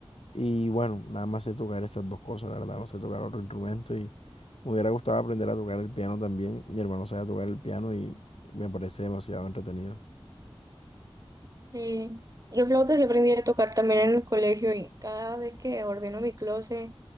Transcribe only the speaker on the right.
Sí. Yo flauta sí aprendí a tocar también en el colegio y cada vez que ordeno mi closet